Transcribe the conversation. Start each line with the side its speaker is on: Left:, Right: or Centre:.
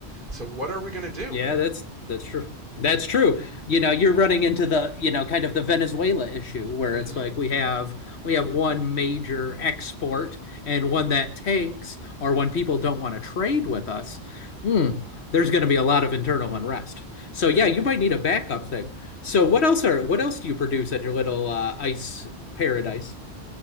Right: So what are we going to do?
Left: Yeah, that's that's true. That's true. You know, you're running into the, you know, kind of the Venezuela issue where
Right: Mm-hmm.
Left: it's like we have we have one major export and one that tanks or when people don't want to trade with us, hmm, there's going to be a lot of internal unrest. So
Right: Right.
Left: yeah, you might need a backup thing. So what else are what else do you produce at your little uh, ice paradise?